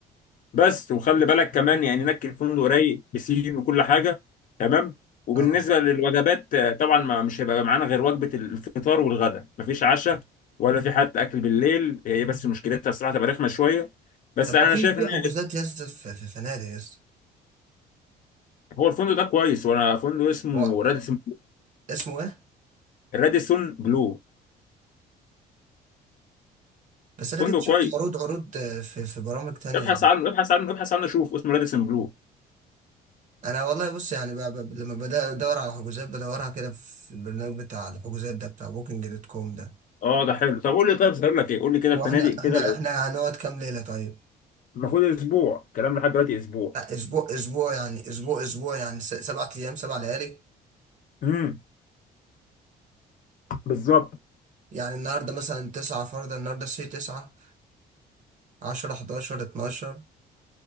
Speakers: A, on the left; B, on the right.
A: بس وخلي بالك كمان يعني نكي الفندق رايق بسين وكل حاجه تمام وبالنسبه
B: اه
A: للوجبات آه، طبعا ما مش هيبقى معانا غير وجبه الفطار والغداء مفيش عشاء ولا في حتى اكل بالليل هي بس مشكلتها الصراحه تبقى رخمه شويه بس
B: طب
A: انا
B: ما في
A: شايف
B: في
A: ان هي-
B: حجوزات يا اسطى في في فنادق يا اسطى
A: هو الفندق ده كويس وانا فندق اسمه
B: هو
A: راديسون
B: اسمه ايه
A: راديسون بلو
B: بس انا
A: فندق
B: كنت شفت
A: كويس
B: عروض عروض آه، في في برامج تانية
A: ابحث عنه ابحث عنه ابحث عنه شوف اسمه راديسون بلو
B: انا والله بص يعني ب- ب- لما بدأ ادور على حجوزات بدورها كده في البرنامج بتاع الحجوزات ده بتاع بوكينج دوت كوم ده
A: اه ده حلو طب قول لي طيب صغير لك ايه قول لي كده
B: هو
A: الفنادق
B: احنا
A: كده
B: احنا
A: لو
B: احنا هنقعد كام ليلة طيب
A: المفروض اسبوع كلام لحد دلوقتي اسبوع
B: لا، اسبوع اسبوع يعني اسبوع اسبوع يعني س- سبع ايام سبع ليالي
A: امم بالظبط
B: يعني النهارده مثلا تسعة فرضا النهارده سي تسعة عشرة حداشر اتناشر